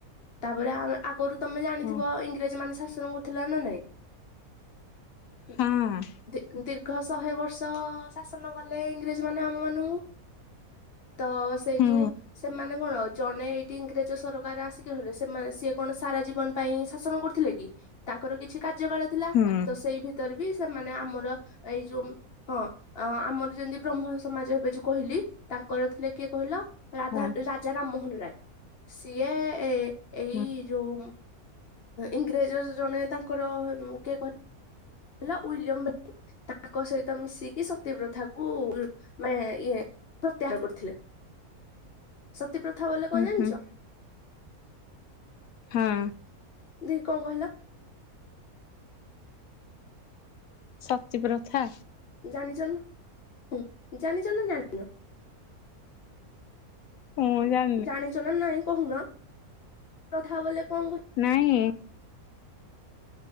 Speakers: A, on the left; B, on the left.
A: ତାପରେ ଆମେ ଆଗରୁ ତମେ ଜାଣିଥିବ
B: ଓ
A: ଇଂଗ୍ରେଜ ମାନେ ଶାସନ କରୁଥିଲା ନା ନାଇଁ। କେ
B: ହଁ
A: ଦୀ ଦୀର୍ଘ ଶହେ ବର୍ଷ ଶାସନ କଲେ ଇଂଗ୍ରେଜ ମାନେ ଆମ ମାନଙ୍କୁ। ତ ସେ
B: ହୁଁ
A: ଯୋଉ ସେମାନେ କଣ ଜଣେ <unintelligible> ସରକାର ଆସିକି ରହିଲେ ସେମା ସିଏ କଣ ସାରା ଜୀବନ ପାଇଁ ଶାସନ କରୁଥିଲେ କି। ତାଙ୍କର କିଛି କାର୍ଯ୍ୟ କାଳ ଥିଲା।
B: ହୁଁ
A: ତ ସେଇ ଭିତରେ ବି ସେମାନେ ଆମର ଏଇ ଯୋଉ ହଁ ଆମର ଯେମିତି ବ୍ରହ୍ମ ସମାଜ ଏବେ ଯୋଉ କହିଲି, ତାଙ୍କର ଥିଲେ କିଏ କହିଲ? ରାଧା
B: ହଁ
A: ରାଜା ରାମମୋହନରାୟ। ସିଏ ଏ ଏଇ
B: ହୁଁ
A: ଯୋଉ ଇଂଗ୍ରେଜ ଜଣେ ତାଙ୍କର କିଏ କହି ଲ ୱିଲିୟମ ବେଣ୍ଟିଂଙ୍ଗ। ତାଙ୍କ ସହିତ ମିଶିକି ସତୀ ପ୍ରଥାକୁ ମେ ଇଏ ପ୍ରତ୍ୟାହାର କରିଥିଲେ। ସତୀ ପ୍ରଥା ବଲେ
B: ହୁଁ
A: କଣ ଜାଣିଚ?
B: ହୁଁ ହଁ।
A: ଦେଖୀ କଣ କହିଲ?
B: ସତୀ ପ୍ରଥା
A: ଜାଣିଚ ନା ଜାଣିଚ ନା ଜାଣିନ?
B: ମୁଁ ଜା
A: ଜାଣିଚ ନା ନାଇଁ କହୁନ। ପ୍ରଥା ବଲେ କଣ କ
B: ନାଇଁ।